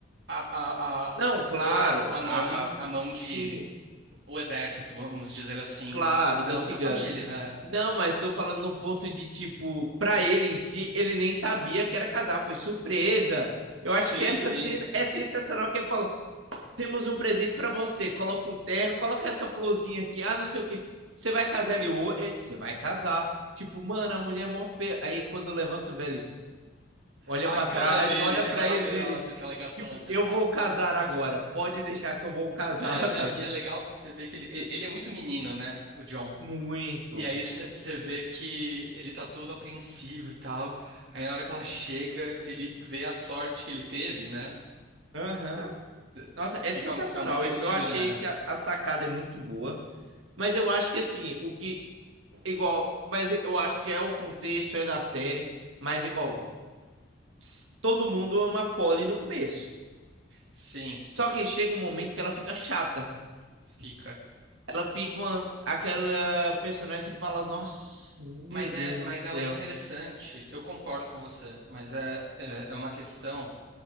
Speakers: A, on the right; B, on the right.
A: a, a, a,
B: não, claro,
A: a
B: a,
A: mão,
B: a-
A: a mão de
B: sim,
A: o exército, vamos dizer assim,
B: Claro,
A: da
B: dos
A: outra
B: ciganos.
A: família. é.
B: Não, mas estou falando num ponto de tipo, pra ele em si, ele nem sabia que era casar, foi surpresa. Eu acho
A: Sim,
B: que essa
A: sim.
B: cena é sensacional que ele fala: "Temos um presente pra você, coloca um terno, coloca essa florzinha aqui, ah, não sei o quê. Você vai casar ele ou você vai casar". Tipo, mano, a mulher é mó feia. Aí quando levanta o velho, olha
A: A
B: pra
A: cara
B: trás,
A: dele
B: olha
A: é
B: pra
A: maravilhosa,
B: eles, ele,
A: aquela gatona.
B: tipo, eu vou casar agora. Pode deixar que eu vou casar,
A: É,
B: <laughs>
A: né?
B: tá ligado?
A: E é legal porque você vê que ele, ele é muito menino, né? O John.
B: Muito.
A: E aí você você vê que ele tá todo apreensivo e tal. Aí na hora que ela chega, ele vê a sorte que ele teve, né?
B: Aham. Nossa,
A: Tipo,
B: é
A: Fica,
B: sensacional.
A: fica muito
B: Eu,
A: nítido
B: eu achei
A: na.
B: que a, a sacada é muito boa, mas eu acho que assim, o que igual, mas eu acho que é o contexto é da série, mas igual, ps, todo mundo ama a Polly no começo.
A: Sim,
B: Só que chega um momento que ela fica chata.
A: fica.
B: Ela fica uma, aquela personagem que você fala: "Nossa, meu
A: Mas,
B: Deus
A: é, mas
B: do céu".
A: ela é interessante, eu concordo com você, mas é, é, é uma questão